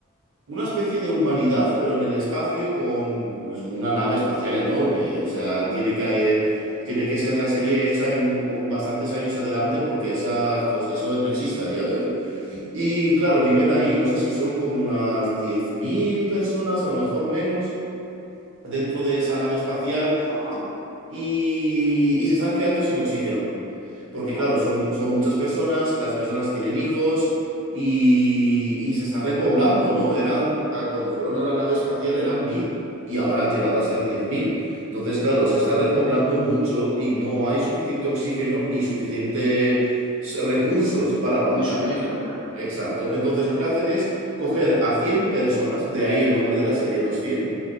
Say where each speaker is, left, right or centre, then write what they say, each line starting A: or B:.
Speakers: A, on the right; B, on the right.
A: una especie de humanidad, pero en el espacio con pues, una nave espacial enorme. O sea, tiene que, eh, tiene que ser la serie hecha en un- bastantes años adelante porque esa, cos- eso no existe a día de hoy. Y claro, viven ahí, no sé si son como unas 10.000 personas, a lo mejor menos, dentro de esa nave espacial
B: Ajá,
A: y, y se están quedando sin oxígeno. Porque
B: onda.
A: claro, son, son muchas personas, las personas tienen hijos y, y se está repoblando, ¿no? Eran, a- cuando fueron a la nave espacial eran mil y ahora han llegado a ser diez mil. Entonces, claro, se está repoblando mucho y no hay suficiente oxígeno ni suficientes recursos para aguantar.
B: Ni suministros ya,
A: Exacto. Entonces lo que hacen es coger a 100 personas, de ahí el nombre de la serie, los cien